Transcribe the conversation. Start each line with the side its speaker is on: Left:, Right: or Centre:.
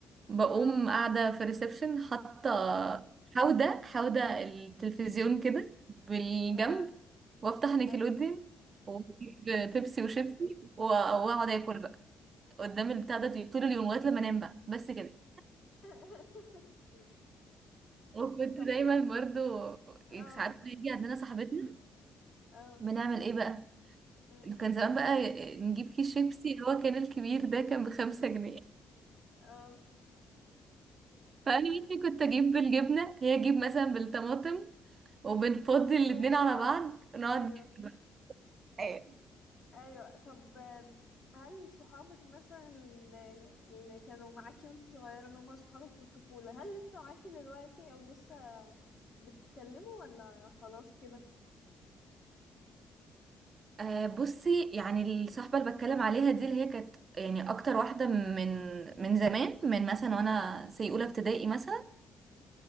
Right: بقوم
Left: اه
Right: قاعدة في الريسبشن حاطة حودة حودة التلفزيون كده بالجنب
Left: اه
Right: وافتح نيكلوديان
Left: ايوه
Right: واجيب بيبسي وشيبسي و- واقعد اكل بقى قدام البتاع ده طول اليوم لغاية لما انام بقى بس كده
Left: <laughs>
Right: وكنت
Left: طب
Right: دايما
Left: ما
Right: برضو
Left: اه
Right: ساعات بيجي عندنا صاحبتنا
Left: اه
Right: بنعمل ايه بقى
Left: أمم،
Right: كان زمان بقى نجيب كيس شيبسي اللي هو كان الكبير ده كان بخمسة جنيه
Left: اه
Right: فانا مثلا كنت اجيب بالجبنه هي تجيب مثلا بالطماطم وبنفضي
Left: وتحطوهم
Right: الاتنين
Left: سوا
Right: على بعض ونقعد
Left: ايوه
Right: ناكل بقى أيوة.
Left: ايوه طب آم، هل صحابك مثلا اللي اللي كانوا معاكي وانت صغيرة اللي هم صحابك من الطفولة هل لسه معاكي دلوقتي او لسه بتتكلموا ولا خلاص كده
Right: آه بصي يعني الصحبه اللي بتكلم عليها دي اللي هي كانت يعني اكتر واحده من من زمان من مثلا وانا سي اولى ابتدائي مثلا